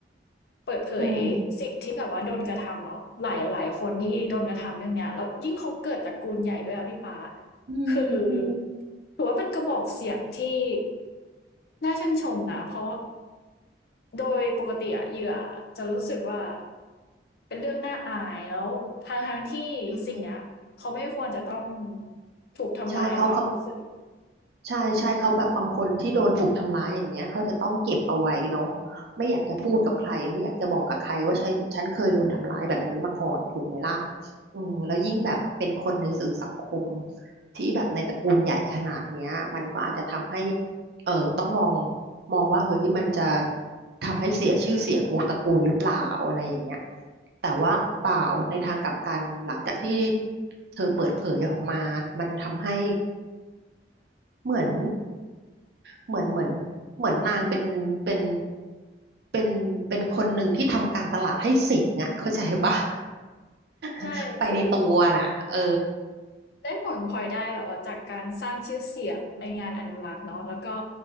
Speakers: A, on the left; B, on the right.
A: เปิดเผยสิ่งที่แบบว่าโดนกระทำเนาะหลายหลายคนที่โดนกระทำเรื่องเนี้ยแล้วยิ่งเขาเกิดตระกูลใหญ่ด้วยอะพี่ป๊า
B: อืมอืมอืม
A: คือถือว่าเป็นกระบอกเสียงที่น่าชื่นชมนะเพราะโดยปกติอะเหยื่อจะรู้สึกว่าเป็นเรื่องน่าอายแล้วทั้งๆที่สิ่งเนี้ยเขาไม่ควรจะต้อง
B: ใช่
A: ถูกทำร้ายความรู้สึก
B: ใช่เขาคำ ใช่ใช่เขาแบบบางคนที่โดนถูกทำร้ายอย่างเงี้ยเขาจะต้องเก็บเอาไว้เนาะไม่อยากจะพูดกับใครไม่อยากจะบอกกับใครว่าฉันฉันเคยโดนทำร้ายแบบนี้มาก่อนถูกไหมล่ะอืมแล้วยิ่งแบบเป็นคนในสื่อสังคมที่แบบในตระกูลใหญ่ขนาดเนี้ยมันก็อาจจะทำให้เออต้องมองมองว่าเฮ้ยมันจะทำให้เสียชื่อเสียงวงตระกูลหรือเปล่าอะไรอย่างเงี้ยแต่ว่าเปล่าในทางกลับกันหลังจากที่เธอเปิดเผยออกมามันทำให้ เหมือนเหมือนเหมือนเหมือนนางเป็นเป็นเป็นเป็นคนหนึ่งที่ทำการตลาดให้สิงห์อ่ะเข้าใจปะ
A: ใช่
B: <laughs> ไปในตัวน่ะเออ
A: คือแบบได้ผลพลอยได้แบบว่าจากการสร้างชื่อเสียงในงานอนุรักษ์เนาะแล้วก็